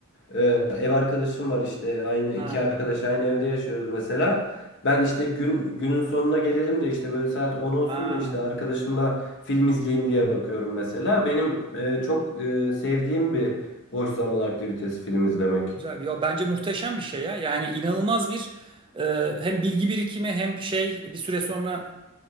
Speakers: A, on the left; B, on the right.
A: Ee, ev arkadaşım var işte aynı
B: Ha,
A: iki arkadaş aynı evde yaşıyoruz mesela. Ben işte gün günün sonuna gelelim de işte böyle saat 10 olsun
B: ha.
A: da işte arkadaşımla film izleyeyim diye bakıyorum mesela. Benim e, çok e, sevdiğim bir boş zaman aktivitesi film izlemek.
B: Güzel bir. Yo, bence muhteşem bir şey ya. Yani inanılmaz bir e, hem bilgi birikimi hem şey bir süre sonra